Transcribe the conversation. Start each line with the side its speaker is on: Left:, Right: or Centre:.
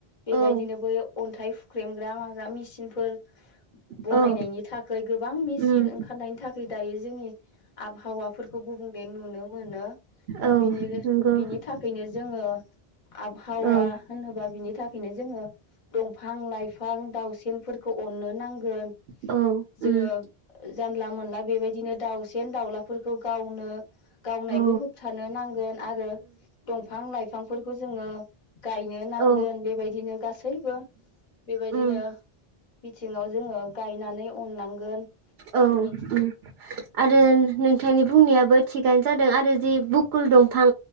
Left: बेबायदिनो
Right: औ
Left: बै अन्थाइ फुख्रेमग्रा माग्रा मेचिनफोर। बनायनायनि
Right: औ
Left: थाखाय गोबां मेसिन
Right: उम
Left: ओंखारनायनि थाखाय दायो जोंनि आबहावाफोरखौ गुबुंले नुनो मोनो।
Right: औ
Left: बिनिरो-
Right: नंगौ
Left: बिनि थाखायनो जोङो आबहावा
Right: औ
Left: होनोबा बिनि था बेनो जोङो दंफां लाइफां दाउसेनफोरखौ अननो नां नांगोन
Right: औ उम
Left: जोङो जानला मोनला बेबायदिनो दाउ दावलाफोरखौ गावनो गावनायखौ
Right: उम
Left: होबथानो नांगोन आरो दंफां लाइफांफोरखौ जोङो गायनो नांगोन
Right: औ
Left: बेबायदिनो गासैबो बेबायदिनो
Right: उम
Left: बिथिङाव जोङो गायनानै अननांगोन
Right: औ
Left: बिनि
Right: उम आरो नोंथांनि बुंनायाबो थिगानो जादों आरो जि बुकुल दं फां